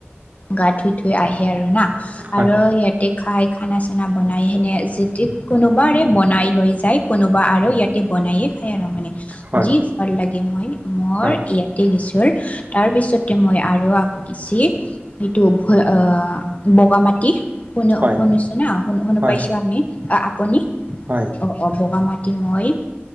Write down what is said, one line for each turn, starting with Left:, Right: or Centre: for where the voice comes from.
Left: গা ধুই থুই আহে আৰু না
Right: হয়,
Left: আৰু দে খাই খানা-চানা বনাই সেনে যিতি কোনোবাৰে বনাই লৈ যায় কোনোবা আৰু ইয়াত বনায়ে খাই আৰু মানে
Right: হয়,
Left: যি ভাল লাগে মই মৰ
Right: হয়,
Left: ইয়াতে গেছো। <unintelligible> তাৰ পিছতে মই আৰু আক গিচি এইটো ভ আ বগা মাটি শুনো
Right: হয়,
Left: শুনিছো না শুন শুনা
Right: হয়,
Left: পাইছোঁ আমি আপুনি
Right: হয়।
Left: অ', অ' বগা মাত এ মই